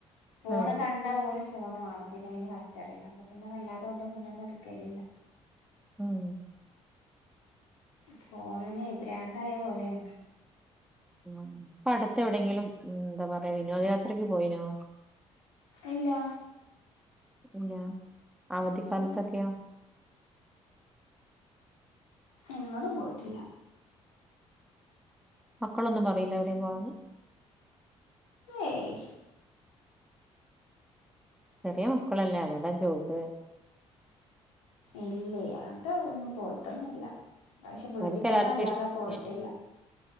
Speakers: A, on the left; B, in the centre.
A: ഫോണ്
B: ഉം
A: കണ്ടാവോന് ഫോണ് വേണം പിന്നെ അതിന് കരച്ചിലാണ് അപ്പൊ പിന്നെ വല്ലാതും അവന്റെ മുന്നേ ഒന്നും എടുക്കലില്ല
B: ഉം
A: ഫോണിന്നെ പ്രാന്തായ പോലെയാണ്
B: ഉം ഇപ്പ അടുത്ത് എവിടെയെങ്കിലും ഉം എന്താ പറയാ വിനോദയാത്രക്ക് പോയിനോ
A: ഇല്ല
B: ഇല്ല അവധിക്കാലത്തൊക്കെയോ
A: ഉം എങ്ങടും പോയിട്ടില്ല
B: മക്കളൊന്നും പറയില്ല എവിടെയും പോണെന്ന്
A: ഏയ്
B: ചെറിയ മക്കളല്ലേ അതുകൊണ്ട ഞാൻ ചോദിച്ചത്
A: ഇല്ലേ അതൊന്നും പോയിട്ടൊന്നില്ല ഇപ്രാവിശ്യം വീട്ടിക്കന്നെ
B: അവർക്ക് എല്ലാവർക്കും
A: വല്ലാതെ
B: ഇഷ്
A: പോയിട്ടില്ല
B: ഇഷ്